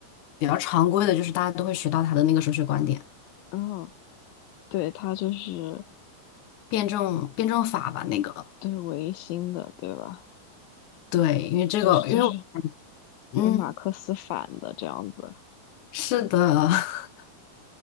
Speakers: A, on the left; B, on the left.
A: 比较常规的，就是大家都会学到他的那个哲学观点。
B: 嗯，对，他就是
A: 辩证辩证法吧，那个
B: 对维新的，对吧？
A: 对，因为这个，
B: 就是就是
A: 因为我嗯，
B: 跟马克思反的这样子。
A: 是的，<laughs>